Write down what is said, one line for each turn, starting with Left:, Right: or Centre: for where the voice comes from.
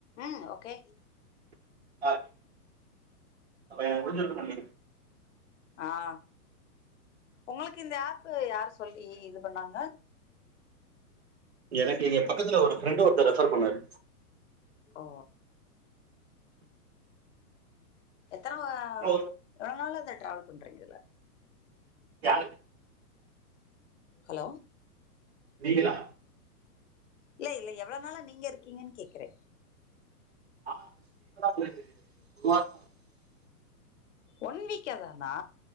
Left: உம் ஓகே
Right: <inaudible>
Left: ஆஹ் உங்களுக்கு இந்த ஆப் யரு சொல்லி இது பண்ணாங்க
Right: எனக்கு எங்க பக்கத்துல ஒரு ஃப்ரெண்ட ஒருத்த ரெஃபர் பண்ணாரு
Left: ஆ எத்தன
Right: அவரு
Left: எவளோ நாள் அத ட்ராவல் பண்றீங்கல்ல
Right: யாரு
Left: ஹலோ
Right: நீங்களா
Left: இல்ல இல்ல எவ்வள நாளா நீங்க இருக்கீங்கன்னு கேக்குறே
Right: <inaudible>
Left: ஒன் வீக்கா தானா